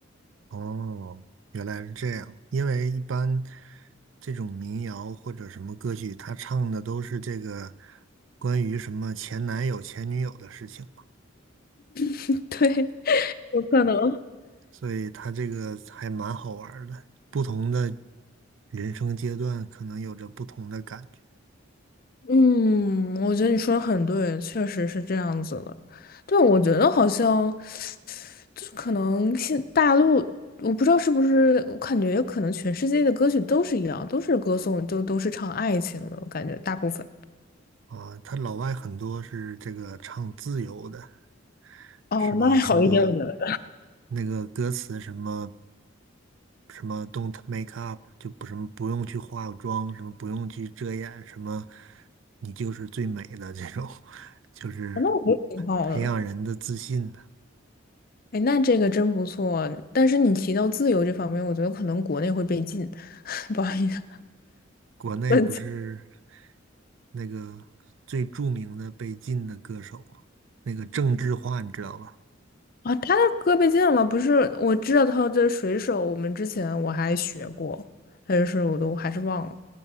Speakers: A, on the right; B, on the left.
A: 哦，原来是这样。因为一般这种民谣或者什么歌曲，他唱的都是这个关于什么前男友、前女友的事情嘛，
B: <laughs> 对，有可能。
A: 所以他这个还蛮好玩儿的。不同的人生阶段，可能有着不同的感觉
B: 嗯，我觉得你说的很对，确实是这样子的。对，我觉得好像。就是可能现大陆，我不知道是不是，我感觉可能全世界的歌曲都是一样，都是歌颂，就都是唱爱情的，我感觉大部分。
A: 啊。他老外很多是这个唱自由的。
B: 哦，
A: 是吧？
B: 那还好一点，
A: 什么
B: 我觉得。
A: 那个歌词什么什么 "Don't make up"，就不什么不用去化妆，什么不用去遮掩，什么你就是最美的这种，<laughs> 就是
B: 那我觉得挺好的。
A: 培养人的自信的。
B: 哎，那这个真不错。但是你提到自由这方面，我觉得可能国内会被禁，<laughs> 不好意思，
A: 国内不是
B: 问题
A: 那个最著名的被禁的歌手吗那个郑智化，你知道吧？
B: 啊，他的歌被禁了，不是？我知道他这水手，我们之前我还学过，但是我都还是忘了。